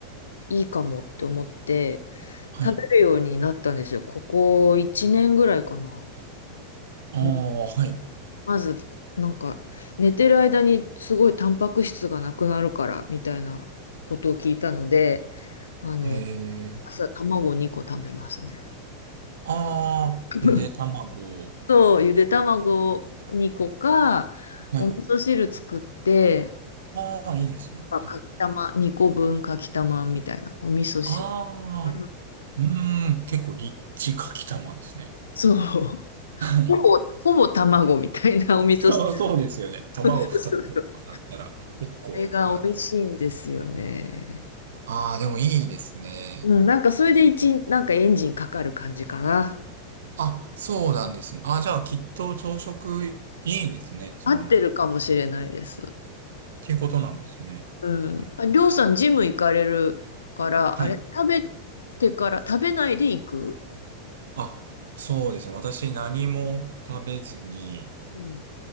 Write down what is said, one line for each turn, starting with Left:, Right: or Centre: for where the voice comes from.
Left: いいかもって思って、
Right: はい。
Left: 食べるようになったんですよ。ここ1年ぐらいかな。
Right: ああ、
Left: うん
Right: はい。
Left: まず、なんか、寝てる間にすごいタンパク質がなくなるから、みたいなことを聞いたので、あの、
Right: へえ。
Left: 朝卵2個食べますね。
Right: ああ、
Left: <laughs>
Right: ゆで卵。
Left: そう、ゆで卵2個か、
Right: はい。
Left: お味噌汁作って、
Right: ああ、いいですね。
Left: あかきたま、
Right: はい。
Left: 2個分かきたまみたいな、お味噌汁。
Right: ああ、
Left: うん
Right: うーん、結構リッチかきたまですね。
Left: そう。
Right: はい。
Left: ほぼ、ほぼ卵みたいな <laughs> お味噌汁。
Right: <laughs> ああ、そうですよね。卵2つとかだったら結構、
Left: <laughs> これが美味しいんですよね。
Right: はい。ああ、でもいいですね。
Left: うん、なんかそれで一、なんかエンジンかかる感じかな。
Right: あ、そうなんですね。あ、じゃあ、きっと朝食いいんですね。その、
Left: 合ってるかもしれないです。
Right: っていうことなんですね。
Left: うん。
Right: うん。
Left: ありょうさん、ジム行かれるから、
Right: はい。
Left: あれ、食べてから、食べないで行く
Right: あ、そうですね。私何も食べずに、
Left: うん。